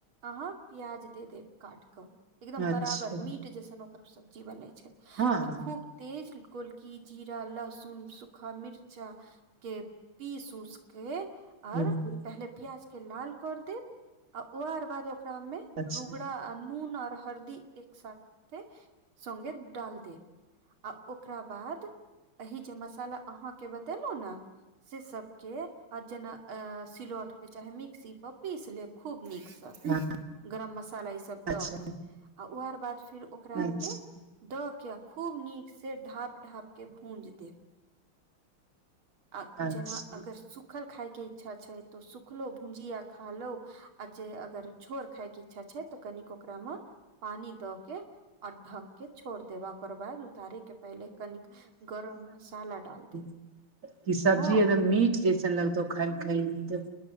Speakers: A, on the right (about 75°); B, on the right (about 40°).
A: अहाँ प्याज दे देब काट कऽ एकदम
B: अच्छा
A: बराबर मीट जैसन ओकर सब्जी बनै छै
B: हँ
A: आ खूब तेज गोलकी जीरा लहसुन सूखा मिर्चा के पीसू उस के
B: ह
A: और पहले प्याज लाल कर दे ओआर बाद ओकरा मे
B: अच्छा
A: रु नून ओर हरदी एक साथे सगे डाल दे आ ओकरा बाद अहि जे मसाला अहाँके बतेलहु न से सब के आ जेना अ सिलौट पे चाहे मिक्सी पर पीस लेब खूब नीक सँ
B: हँ
A: गरम मसाला ई सब
B: अच्छा
A: द के आ ओ बाद फिर ओकरा आर
B: अच्छा
A: के द के आ खूब नीक से ढाप ढाप के भूज देब आ
B: अच्छा
A: जेना अगर सुूखल खायके इच्छा छै तऽ सुखलो भुजिया खा लो आज अगर जोर खाय के इच्छा छै तऽ कनिक ओकरा मे पानी द के और ढक के छोड़ देबा ओकर बाद उतारे के पहिले कनिक गरम मसाला डाल देब
B: की सब्जी
A: हँ
B: एकदम मीठ जैसन लगतौ ख खइमे त